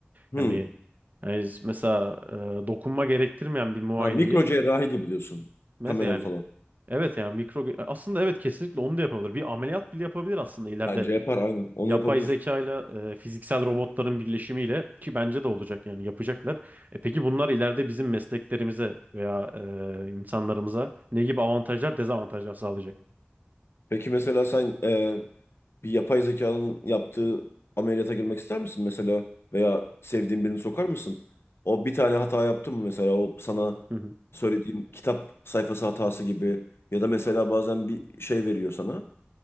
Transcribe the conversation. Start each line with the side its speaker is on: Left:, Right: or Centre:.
Left: Hmm.
Right: Yani, yani mesela e, dokunma gerektirmeyen bir muayeneyi
Left: Ha, mikro cerrahi gibi diyorsun.
Right: mesela
Left: Kameralı
Right: yani
Left: falan.
Right: evet yani mikro aslında evet kesinlikle onu da yapabilir. Bir ameliyat bile yapabilir aslında ileride
Left: Bence yapar aynen. Onu
Right: yapay
Left: yapabilir.
Right: zekayla e, fiziksel robotların birleşimiyle ki bence de olacak yani yapacaklar. E peki bunlar ileride bizim mesleklerimize veya e, insanlarımıza ne gibi avantajlar, dezavantajlar sağlayacak?
Left: Peki mesela sen e, bir yapay zekanın yaptığı ameliyata girmek ister misin mesela? Veya sevdiğin birini sokar mısın? O bir tane hata yaptı mı mesela? O sana
Right: Hı hı,
Left: söylediğim kitap sayfası hatası gibi. Ya da mesela bazen bir şey veriyor sana.